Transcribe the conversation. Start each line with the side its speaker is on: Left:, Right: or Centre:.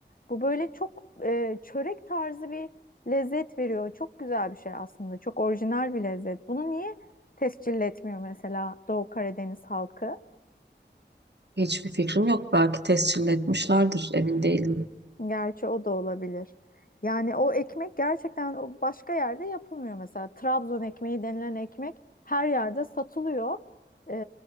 Left: bu böyle çok eee, çörek tarzı bir lezzet veriyor. Çok güzel bir şey aslında. Çok orijinal bir lezzet. Bunu niye tescil etmiyor mesela Doğu Karadeniz halkı?
Right: Hiçbir fikrim yok. Belki tescil etmişlerdir. Emin değilim.
Left: Gerçi o da olabilir. Yani o ekmek gerçekten o başka yerde yapılmıyor mesela. Trabzon ekmeği denilen ekmek her yerde satılıyor. Ee,